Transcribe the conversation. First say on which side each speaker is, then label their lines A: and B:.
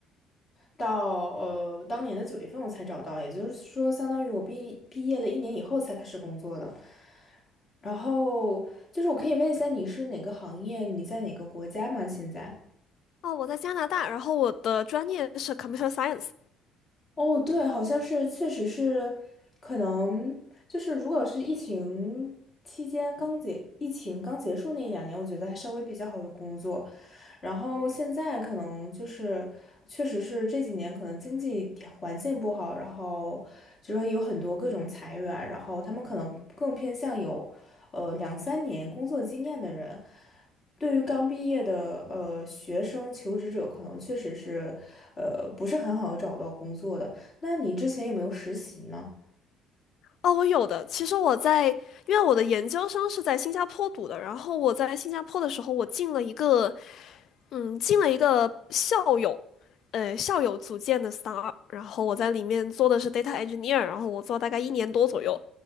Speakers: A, on the left; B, on the left.
A: 到呃当年的九月份我才找到，也就是说，相当于我毕毕业了一年以后才开始工作的。然后就是我可以问一下你是哪个行业，你在哪个国家吗？现在？
B: 哦，我在加拿大，然后我的专业是 computer science。
A: 哦，对，好像是，确实是，可能就是如果是疫情期间刚结，疫情刚结束那一两年，我觉得还稍微比较好的工作，然后现在可能就是，确实是这几年可能经济条环境不好，然后就说有很多各种裁员，然后他们可能更偏向有，呃，两三年工作经验的人，对于刚毕业的呃学生求职者，可能确实是，呃，不是很好的找到工作的。那你之前有没有实习呢？
B: 哦，我有的。其实我在，因为我的研究生是在新加坡读的，然后我在新加坡的时候，我进了一个嗯，进了一个校友，呃，校友组建的 star，然后我在里面做的是 data engineer，然后我做大概一年多左右，